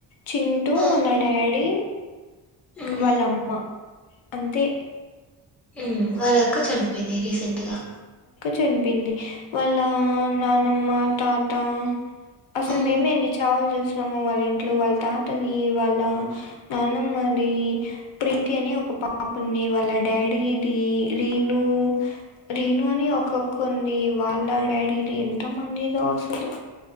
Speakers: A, on the left (about 75°); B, in the centre.
A: చింటూ
B: ఆ
A: మళ్ళ డాడీ
B: ఉమ్
A: వాళ్ళ అమ్మా అంతే
B: మ్ వాళ్ళక్క చనిపోయింది రీసెంట్గా
A: చనిపియింది వాళ్ళ నానమ్మ తాత అసలు
B: ఉమ్
A: మేమేఎన్ని చావులు చూస్ అమ్మమ వాళ్ళ ఇంట్లో వాళ్ళ తాతది వాళ్ళ నానమ్మ ది ప్రీతి అని ఒక పాప ఉంది వాళ్ళ డాడీది రీను రీను అని ఒక్కక్క ఉంది వాళ్ళ డాడీది ఎంత మంది దో అసలు